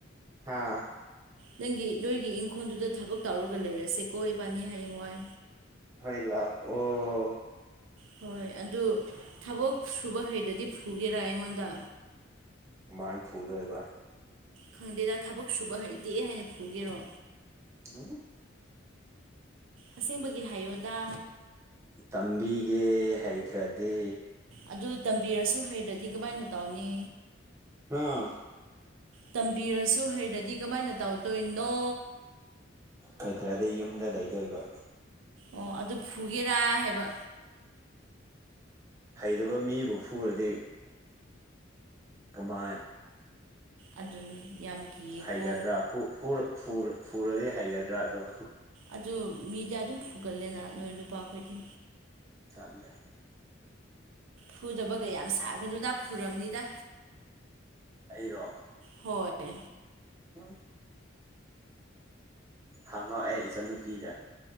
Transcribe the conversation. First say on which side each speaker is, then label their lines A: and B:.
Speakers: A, on the right; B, on the right.
A: ꯍꯥꯥ
B: ꯅꯪꯒꯤ ꯅꯣꯏꯒꯤ ꯏꯪꯈꯣꯜꯗꯨꯗ ꯊꯕꯛ ꯇꯧꯔꯒ ꯂꯩꯔꯁꯦꯀꯣ ꯏꯕꯥꯅꯤ ꯍꯌꯦꯡ ꯋꯥꯏ
A: ꯍꯣꯏ ꯂꯥꯛꯑꯣ
B: ꯍꯣꯏ ꯑꯗꯨ ꯊꯕꯛ ꯁꯨꯕ ꯍꯩꯗꯗꯤ ꯐꯨꯒꯦꯔꯥ ꯑꯩꯉꯣꯟꯗ
A: ꯀꯃꯥꯏꯅ ꯐꯨꯗꯣꯏꯕ
B: ꯈꯪꯗꯦꯗ ꯊꯕꯛ ꯁꯨꯕ ꯍꯩꯇꯦ ꯍꯥꯏꯅ ꯐꯨꯒꯦꯔꯣ
A: ꯎꯝ
B: ꯑꯁꯦꯡꯕꯒꯤ ꯍꯥꯏꯌꯣꯗꯥ
A: ꯇꯝꯕꯤꯒꯦ ꯍꯩꯇ꯭ꯔꯗꯤ
B: ꯑꯗꯨ ꯇꯝꯕꯤꯔꯁꯨ ꯍꯩꯇ꯭ꯔꯗꯤ ꯀꯃꯥꯏꯅ ꯇꯧꯅꯤ
A: ꯑꯥ
B: ꯇꯝꯕꯤꯔꯁꯨ ꯍꯩꯇ꯭ꯔꯗꯤ ꯀꯃꯥꯏꯅ ꯇꯧꯗꯣꯏꯅꯣ
A: ꯀꯩꯗ꯭ꯔꯗꯤ ꯌꯨꯝꯗ ꯂꯩꯗꯣꯏꯕ
B: ꯑꯣ ꯑꯗꯨ ꯐꯨꯒꯦꯔꯥ ꯍꯥꯏꯕ
A: ꯍꯩꯇꯕ ꯃꯤꯕꯨ ꯐꯨꯔꯗꯤ ꯀꯃꯥꯏ
B: ꯑꯗꯨꯗꯤ ꯌꯥꯝ ꯀꯤꯌꯦꯀꯣ
A: ꯍꯩꯒꯗ꯭ꯔꯥ ꯐꯨ ꯐꯨꯔ ꯐꯨꯔ ꯐꯨꯔꯗꯤ ꯍꯩꯒꯗ꯭ꯔꯣ ꯑꯗꯣ
B: ꯑꯗꯨ ꯃꯤꯗꯤ ꯑꯗꯨꯝ ꯐꯨꯒꯜꯂꯦꯅ ꯅꯣꯏ ꯅꯨꯄꯥꯈꯣꯏꯗꯤ
A: ꯇꯜꯂꯦ
B: ꯐꯨꯗꯕꯒ ꯌꯥꯝ ꯁꯥꯒꯅꯨꯗ ꯐꯨꯔꯝꯅꯤꯗ
A: ꯑꯩꯔꯣ
B: ꯍꯣꯏ
A: ꯎꯝ ꯍꯪꯉꯣ ꯑꯩ ꯏꯆꯟꯅꯨꯄꯤꯗ